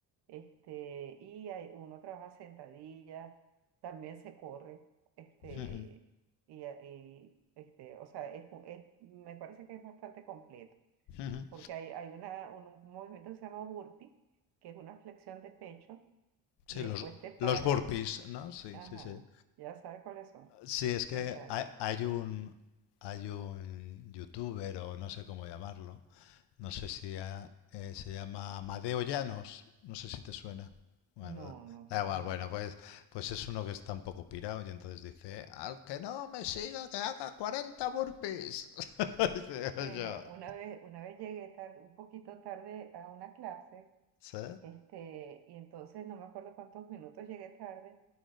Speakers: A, on the right; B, on the left.
A: Este, y hay- uno trabaja sentadillas, también se corre, este,
B: ujú,
A: y, a- y, este, o sea, es, mu- es- me parece que es bastante completo,
B: ujú.
A: porque hay, hay una, un movimiento que se llama burpee, que es una flexión de pecho,
B: Sí,
A: y después
B: los,
A: te paras,
B: los burpees, ¿no? Sí,
A: ajá,
B: sí, sí.
A: ya sabes cuáles son,
B: Sí, es que
A: exacto.
B: hay, hay un hay un youtuber o no sé cómo llamarlo, no sé si ha- eh, se llama Amadeo Llanos, no sé si te suena. Bueno,
A: No, no,
B: da igual,
A: no. no.
B: bueno, pues pues es uno que está un poco pirado y entonces dice, al que no me siga que haga 40 burpees. <laughs> Dice,
A: Bueno,
B: yo,
A: una vez, una vez llegué tarde, un poquito tarde a una clase.
B: ¿sí?
A: Este, y entonces no me acuerdo cuántos minutos llegué tarde